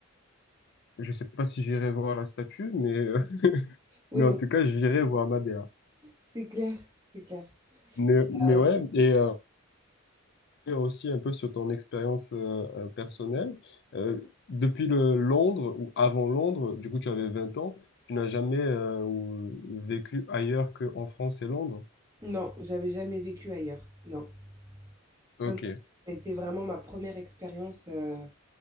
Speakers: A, on the left; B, on the right.
A: je sais pas si j'irai voir la statue, mais, euh, <laughs>
B: Oui,
A: mais
B: non,
A: en tout cas, j'irai voir Madea.
B: c'est clair, c'est clair.
A: Mais, mais
B: Euh,
A: ouais, et, euh, aussi un peu sur ton expérience euh, euh, personnelle. Euh, depuis le Londres ou avant Londres, du coup tu avais 20 ans, tu n'as jamais euh, ou- euh, vécu ailleurs qu'en France et Londres?
B: non, j'avais jamais vécu ailleurs. Non.
A: Ok,
B: Non, non. Ça a été vraiment ma première expérience euh,